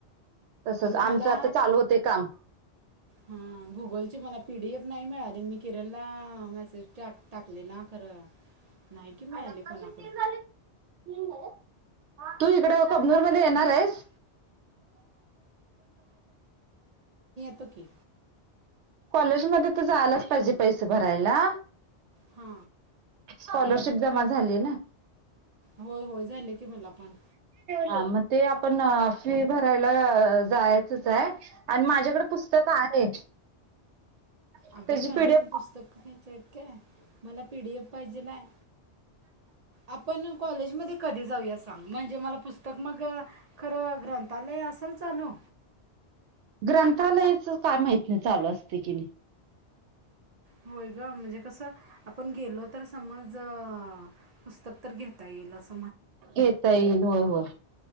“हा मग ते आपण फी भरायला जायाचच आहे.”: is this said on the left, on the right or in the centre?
Right